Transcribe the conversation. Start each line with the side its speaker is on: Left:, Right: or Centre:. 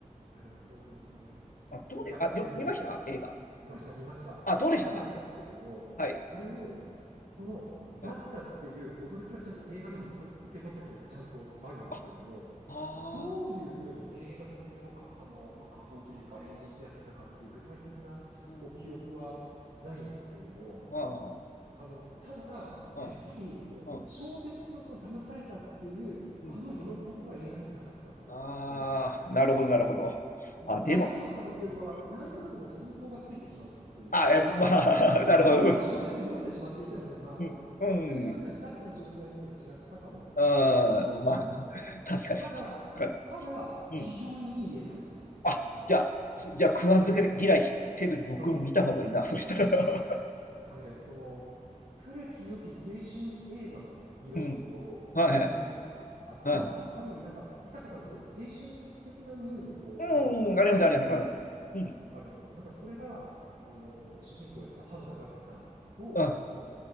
Right: やでもそうですね。
Left: あ、どうで、
Right: いや、
Left: あ、よ、
Right: でも、
Left: 見ました映画。
Right: 見ました見ました。
Left: あ、どうでした
Right: 見たんですけれども、
Left: はい。
Right: それを、その、だったっていう驚きはちゃんと映画でも受けと、
Left: うん。
Right: 受け取った記憶がちゃんとあるんですけれども、
Left: あ、ああ、
Right: どういうふうに映画でそれをか、あの、まあ、加工というかアレンジしてやってたかっていう具体的なこう記憶はないんですけれども、
Left: うん、あ
Right: あの、ただ、やっぱり、
Left: あ、
Right: その、
Left: うん、うん、
Right: 小説のその騙されたっていう、
Left: うん。
Right: あの喜びは映画にはなかったと思います。
Left: ああ、なるほど、なるほど。
Right: あの、
Left: あ、でも、
Right: ああ、そうだったのっていうよりは、
Left: うん
Right: なんとなくもう想像がついてしまうというか、
Left: あ、え、まあ、
Right: まあまあ、いや、
Left: <laughs> なるほど。
Right: まあまあ、小説を読んでしまっていたので、まあ、
Left: うん、
Right: その、
Left: う
Right: 本当に読んでないフラットな状態で見たら違ったかもしれないけ
Left: ん、あーまあ、
Right: ど。
Left: 確かに。
Right: ただ、
Left: はい
Right: ただ、非常にいい映画でした。
Left: うん。あ、
Right: あの、
Left: じゃあ、すじゃあ食わず嫌いせずに僕も見た方がいいな、
Right: うん、うん。
Left: そしたら。
Right: なんかね、その、古き良き青春映画の色味と、
Left: <laughs> うん。はいはい。
Right: その雰囲気があって、
Left: は
Right: まあ、ある意味、なんか、伊坂さんってそう、青春的な匂いもこう、
Left: い。うん、
Right: ある作品、
Left: あります、あります。
Right: 書かれる、
Left: うん。うん。
Right: あるなと思うんですけど、なんかそれが、あの、主人公をやった濱田岳さんと、
Left: あ、
Right: その、